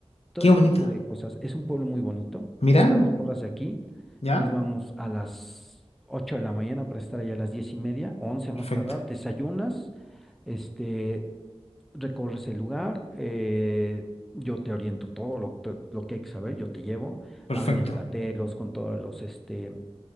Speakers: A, in the centre; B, on the left (about 75°).
A: todo
B: Qué
A: ese
B: bonito.
A: tipo de cosas. Es un pueblo muy bonito,
B: Mira,
A: está a dos horas de aquí.
B: ya.
A: Nos vamos a las 8 de la mañana para estar allá a las diez y media, 11 a
B: Perfecto,
A: más tardar. Desayunas, este, recorres el lugar, eh, yo te oriento todo lo, que lo que hay que saber, yo te llevo.
B: perfecto.
A: a Avenida Plateros con todos los, este,